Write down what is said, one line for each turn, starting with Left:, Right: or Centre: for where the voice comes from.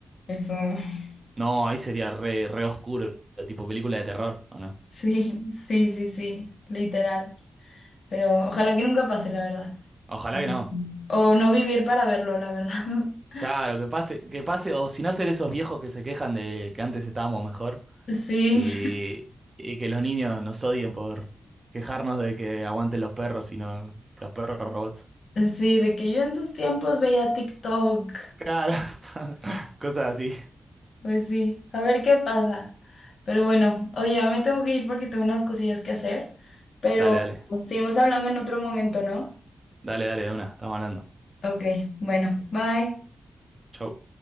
Left: Eso, <laughs>
Right: No, ahí sería re, re oscuro, tipo película de terror, ¿o no?
Left: sí, sí, sí, sí, literal. Pero ojalá que nunca pase, la verdad.
Right: Ojalá
Left: Sí.
Right: que no.
Left: O no vivir para verlo, la verdad. <laughs>
Right: Claro, que pase, que pase, o si no ser esos viejos que se quejan de que antes estábamos mejor
Left: Sí,
Right: y, y que los niños nos odien por quejarnos de que aguanten los perros y no los perros robots.
Left: sí, de que yo en sus tiempos veía TikTok.
Right: Claro, <laughs> cosas así.
Left: Pues sí, a ver qué pasa. Pero bueno, oye, ya me tengo que ir porque tengo unas cosillas que hacer, pero
Right: Dale, dale,
Left: seguimos hablando en otro momento, ¿no?
Right: dale, dale, de una, estamos hablando.
Left: Ok, bueno, bye.
Right: Chau.